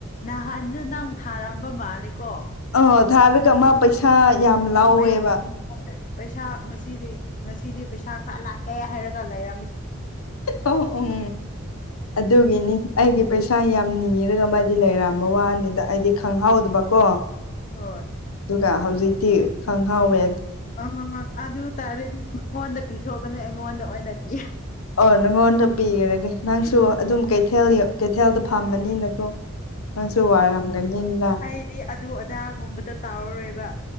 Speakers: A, on the left; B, on the left.
A: ꯅꯍꯥꯟꯁꯨ ꯅꯪ ꯊꯥꯔꯝꯕ ꯃꯥꯂꯦꯀꯣ
B: ꯑ ꯊꯥꯔꯒ ꯑꯃ ꯄꯩꯁꯥ ꯌꯥꯝ ꯂꯥꯎꯋꯦꯕ
A: ꯄꯩꯁꯥ ꯄꯩꯁꯥ ꯉꯁꯤꯗꯤ ꯉꯁꯤꯗꯤ ꯄꯩꯁꯥ ꯈꯔ ꯂꯥꯛꯑꯦ ꯍꯥꯏꯔꯒ ꯂꯩ
B: ꯑꯣ ꯎꯝ ꯑꯗꯨꯒꯤꯅꯤ ꯑꯩꯒꯤ ꯄꯩꯁꯥ ꯌꯥꯝ ꯅꯤꯔꯒ ꯑꯃꯗꯤ ꯂꯩꯔꯝꯃꯦ ꯝꯕ ꯋꯥꯅꯤꯗ ꯍꯥꯏꯗꯤ ꯈꯪꯍꯥꯎꯗꯕꯀꯣ
A: ꯍꯣꯏ
B: ꯑꯗꯨꯒ ꯍꯧꯖꯤꯛꯇꯤ ꯈꯪꯍꯥꯎꯋꯦ
A: ꯑ ꯑꯗꯨ ꯇꯔꯗꯤ ꯃꯉꯣꯟꯗ ꯄꯤꯊꯣꯛꯀꯅꯤ ꯑꯩꯉꯣꯟꯗ ꯑꯣꯏꯅ ꯄꯤ
B: ꯑꯣ ꯅꯪꯉꯣꯟꯗ ꯄꯤꯈꯔꯒꯦ ꯅꯪꯁꯨ ꯑꯗꯨꯝ ꯀꯩꯊꯦꯜ ꯀꯩꯊꯦꯜꯗ ꯐꯝꯕꯅꯤꯅꯀꯣ ꯅꯪꯁꯨ ꯋꯥꯔꯝꯒꯅꯤꯅ
A: ꯑꯩꯗꯤ ꯑꯗꯨ ꯑꯗꯥꯒꯨꯝꯕꯗ ꯇꯥꯎꯔꯔꯣꯏꯕ